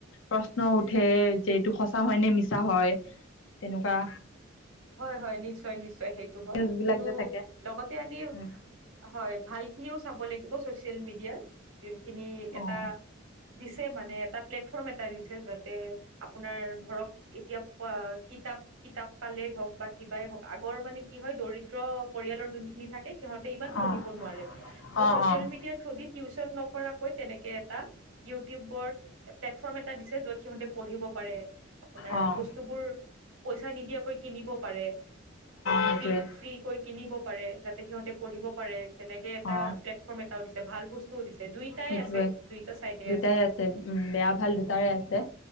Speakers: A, on the left; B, on the right.
A: প্ৰশ্ন উঠে, যে এইটো সঁচা হয়, নে মিছা হয় তেনকুৱা।
B: হয়, হয় নিশ্চয়, নিশ্চয় সেইটো হয়,
A: নিউজবিলাক যে থাকে।
B: লগতে আমি
A: উম,
B: হয়, ভালখিনিও চাব লাগিব ছ'চিয়েল মিডিয়াত। যোনখিনি এটা
A: অ',
B: দিছে মানে, এটা প্লেটফৰ্ম এ <inaudible> দিছে যাতে আপোনাৰ ধৰক এতিয়া পোৱা কিতাপ, কিতাপ কালে হওক বা কিবাই হওক আগৰ মানে কি হয় দৰিদ্ৰ পৰিয়ালৰ যোনখিনি থাকে সিহঁতে ইমান পঢ়িব
A: অ',
B: নোৱাৰে! ত'
A: অ',
B: ছচিয়েল
A: অ', অ',
B: মিডিয়াৰ থ্ৰু দি টিউচন নকৰাকৈ তেনেকে এটা ইউটিউবৰ প্লেটফৰ্ম এটা দিছে য'ত সিহঁতে পঢ়িব পাৰে। আপোনাৰ
A: অ',
B: বস্তুবোৰ, পইচা নিদিয়াকৈ কিনিব পাৰে,
A: সেইটোৱে।
B: ফ্ৰী-ফ্ৰী কৈ কিনিব পাৰে, যাতে সিহঁতে পঢ়িব পাৰে, তেনেকে এটা,
A: অ
B: প্লেটফৰ্ম এটাও দিছে, ভাল বস্তু দিছে, দুইটাই
A: সেইটোৱে
B: আছে, দুইটা চাইডে
A: দুটাই
B: আছে।
A: উম, বেয়া ভাল দুটাৰে আছে।